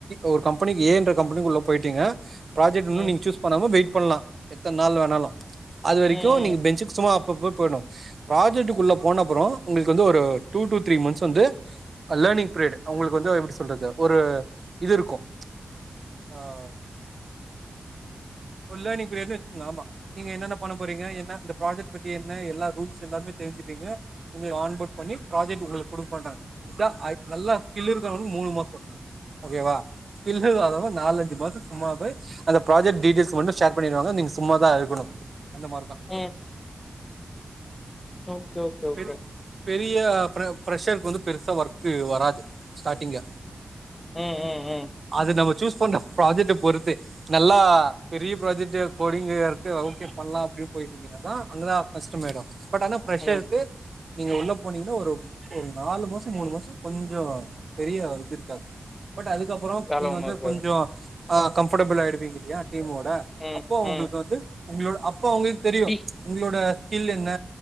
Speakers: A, on the right; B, on the left.
A: ஒரு கம்பெனிக்கு ஏன்ற கம்பெனிக்கு உள்ள போயிட்டீங்க ப்ராஜெக்ட்ன்னும்
B: ம்
A: நீங்க சூஸ் பண்ணாம வெயிட் பண்ணலா எத்தன நாள் வேணாலு அது வரைக்கும்
B: ம் ம்
A: நீங்க பெஞ்சுக்கு சும்மா <unintelligible> ப்ராஜெக்டக்குள்ள போன அப்பற உங்களுக்கு வந்து ஒரு டூ டு த்ரீ மந்த்ஸ் வந்து லர்னிங் பீரியட் உங்களுக்கு வந்து எப்டி சொல்றது ஒரு இது இருக்கும் அஹ ஒரு லேர்னிங் பிரியட் வச்சுக்கங்க ஆமா நீங்க என்னென்ன பண்ண போறீங்க என்ன இந்த ப்ராஜெக்ட் பத்தி என்ன எல்லா ரூல்ஸ் எல்லாமே தெரிஞ்சுப்பீங்க உங்க ஆன்போ்ட் பண்ணி ப்ராஜெக்ட் உங்களுக்கு கொடுக்க மாட்டாங்க இத நல்லா ஸ்கில் இருக்கவங்களுக்கு மூணு மாச ஓகேவா ஸ்க்கில்லு இல்லாதவங்க நாலஞ்சு மாச சும்மாவே அந்த ப்ராஜெக்ட் டிட்டியல்ஸ் வந்து ஷேர் பண்ணிருவாங்க நீங்க சும்மாதா இருக்கணு அந்த மாறி தா
B: ம் ஓகே ஓகே ஓகே
A: பெரு பெரிய ஃபிரஷருக்கு வந்து பெருசா ஒர்க் வராது ஸ்டாடிங்
B: ம் ம் ம்
A: அது நம்ம சூஸ் பண்ற ப்ராஜெக்ட பொறுத்து நல்லா பெரிய ப்ராஜெக்ட் கோடிங்கா இருக்கு ஓகே பண்ணலா அப்டினு போயிட்ருக்கு தா அங்கதா ஃபஸ்ட் மேடோ பட் ஆனா ஃபிரஷர்
B: ம்
A: நீங்க உள்ள போன்னிகண்ணா ஒரு ஒரு நாலு மாச மூணு மாச கொஞ்ச பெரிய இது இருக்காது பட் அதுக்குப்ப பறோ
B: வேல
A: நீங்க
B: ஒண்ணு
A: வந்து
B: இருக்காது
A: கொஞ்சொ ஆஹ கம்ஃபர்டபிள் ஆயிடுவீங்க இல்லயா டீமோட
B: ம்
A: அப்போ ஓங்ளுக்கு
B: ம்
A: அப்ப வந்து உங்களோட அப்ப அவுங்ளுக்கு தெரியு
B: டீ
A: உங்களோட ஸ்கில் என்ன